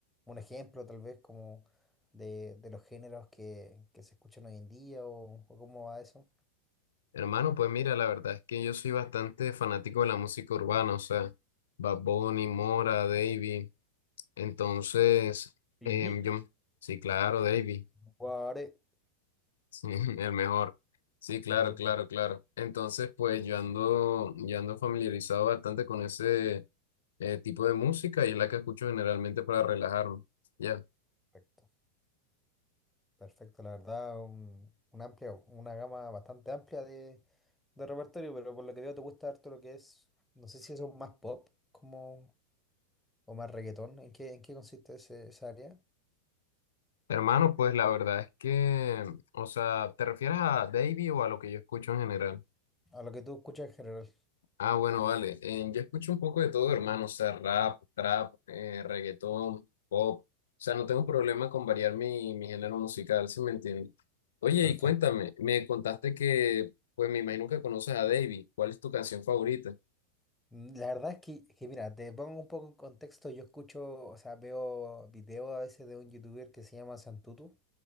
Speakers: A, in the centre; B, on the left.
A: un ejemplo, tal vez, como de, de los géneros que, que se escuchan hoy en día o, o cómo va eso.
B: Hermano, pues mira, la verdad es que yo soy bastante fanático de la música urbana, o sea, Bad Bunny, Mora, Davy. Entonces,
A: Y
B: em,
A: vi.
B: yo, sí, claro, Davy,
A: Guare.
B: sí, <laughs> el mejor. Sí, claro,
A: Sí,
B: claro,
A: la
B: claro. Entonces, pues yo ando, yo ando familiarizado bastante con ese eh, tipo de música y es la que escucho generalmente para relajarme. Ya.
A: perfecto. Perfecto, la verdad, un, un amplia, una gama bastante amplia de, de repertorio, pero por lo que veo te gusta harto lo que es, no sé si eso es más pop como, o más reggaetón, ¿en qué, en qué consiste ese- esa área?
B: Hermano, pues la verdad es que, o sea, ¿te refieres a Davey o a lo que yo escucho en general?
A: A lo que tú escuchas en general.
B: Ah, bueno, vale. eh, yo escucho un poco de todo, hermano. O sea, rap, trap, eh, reggaetón, pop. O sea, no tengo problema con variar mi, mi género musical, si me entiendes? Oye,
A: Perfecto.
B: y cuéntame, me contaste que, pues me imagino que conoces a Davey. ¿Cuál es tu canción favorita?
A: Mm, La verdad es que, que mira, te pongo un poco en contexto, yo escucho, o sea, veo videos a veces de un youtuber que se llama Santutu